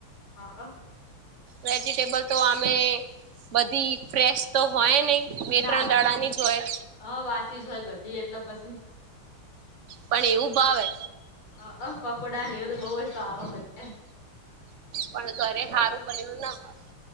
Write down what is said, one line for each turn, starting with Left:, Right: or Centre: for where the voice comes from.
Left: હા. હા.
Right: વેજીટેબલ તો આમે બધી ફ્રેશ તો હોય નહી. બે
Left: ના
Right: ત્રણ
Left: હોય.
Right: દાડાની જ હોય
Left: હા વાસી જ હોય બધી એટલે પછી
Right: પણ એવું ભાવે
Left: હા. હા. પકોડા ને એવું તો બોવ જ ભાવે મને-
Right: પણ ઘરે સારું બનેલું ના હોય.